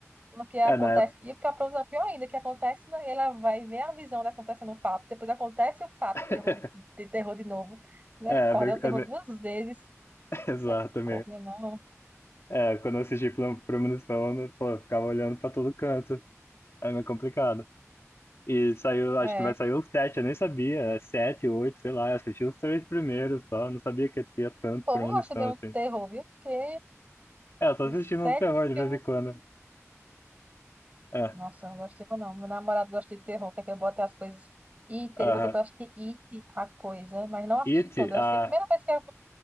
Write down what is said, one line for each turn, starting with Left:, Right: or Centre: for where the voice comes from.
Right: Porque acontece.
Left: é na época.
Right: E o pior, coisa pior ainda, que acontece, né? Ela vai ver a visão de acontecendo o fato. Depois acontece o fato,
Left: <laughs>
Right: terror de, de terror de novo. Misericórdia,
Left: É, é meio-
Right: é o terror
Left: é meio-
Right: duas vezes.
Left: <laughs> exato,
Right: Misericórdia,
Left: é
Right: não.
Left: É, quando eu assisti Pro- Premonição, eu não- pô, eu ficava olhando pra todo canto. É meio complicado. E saiu, acho
Right: É.
Left: que vai sair os sete, eu nem sabia. É Sete, oito, sei lá. Eu assisti os três primeiros só. Não sabia que tinha tanto
Right: O povo
Left: Premonição
Right: gosta de um
Left: assim.
Right: terror, viu? Porque
Left: É, eu tô
Right: Os
Left: assistindo
Right: sete
Left: uns terror de
Right: filmes.
Left: vez em quando. É,
Right: Nossa, eu não gosto de terror, não. Meu namorado gosta de terror, quer que eu bote as coisas. It, ele
Left: aham.
Right: botou pra eu assistir It, a coisa, mas não assisti
Left: It,
Right: toda.
Left: ah,
Right: Eu, Assim, a primeira vez que eu-